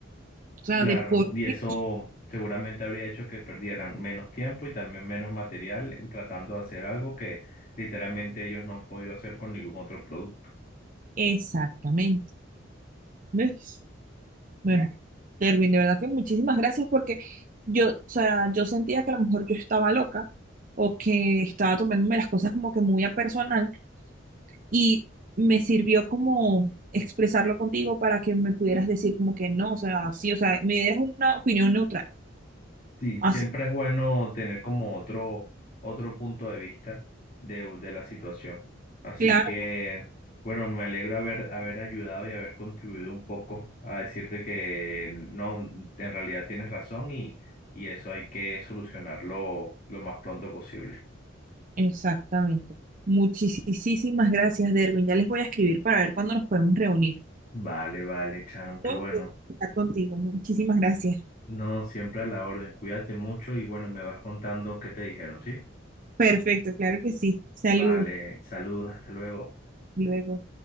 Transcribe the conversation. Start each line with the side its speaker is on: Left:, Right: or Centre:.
Right: O sea,
Left: Claro,
Right: de por
Left: y eso
Right: qué
Left: seguramente habría hecho que perdieran menos tiempo y también menos material en tratando de hacer algo que literalmente ellos no han podido hacer con ningún otro producto.
Right: exactamente. ¿Ves? Bueno, Derwin, de verdad que muchísimas gracias porque yo, o sea, yo sentía que a lo mejor yo estaba loca o que estaba tomándome las cosas como que muy a personal y me sirvió como expresarlo contigo para que me pudieras decir como que no, o sea, sí, o sea, me dieras una opinión neutral.
Left: Sí,
Right: Así,
Left: siempre es bueno tener como otro, otro punto de vista de, de la situación. Así
Right: claro,
Left: que, bueno, me alegro haber, haber ayudado y haber contribuido un poco a decirte que no, en realidad tienes razón y, y eso hay que solucionarlo lo más pronto posible.
Right: exactamente. Muchísimas gracias, Derwin. Ya les voy a escribir para ver cuándo nos podemos reunir.
Left: Vale, vale, Charon, qué
Right: Todo
Left: bueno.
Right: por estar contigo. Muchísimas gracias.
Left: No, siempre a la orden. Cuídate mucho y bueno, me vas contando qué te dijeron, ¿sí?
Right: Perfecto, claro que sí. Saludos.
Left: Vale, saludos, hasta luego.
Right: Luego.